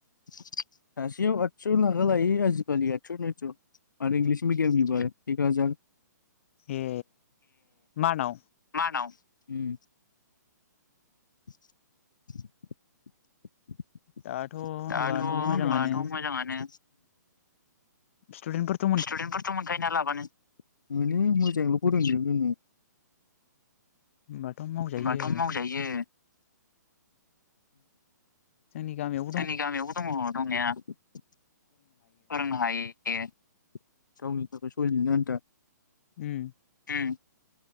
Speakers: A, on the left; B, on the left.
A: सासेयाव आदस' थाखालायो आजिखालि आदस' नयस' आरो इंलिस मिडि यामनिबा एकहाजार
B: ए मानाव
A: मानाव उ <inaudible>
B: दाथ' होनबाथ'
A: दाथ'
B: मोजाङानो
A: दाथ' मोजाङानो
B: सटुडेटफोरथ'
A: स्टुदेनफोरथ' मोनखायो ना लाबानो मोनो मोजाङल' फोरोंदों जोङो
B: होमबाथ' मावजायो
A: होनबाथ' मावजायो
B: जोंनि गामियाव
A: जोंनि गामियावबो दङ दंनाया फोरोंनो हायो। ए गावनि थाखाय सलिना थानो आनथा
B: उम
A: उम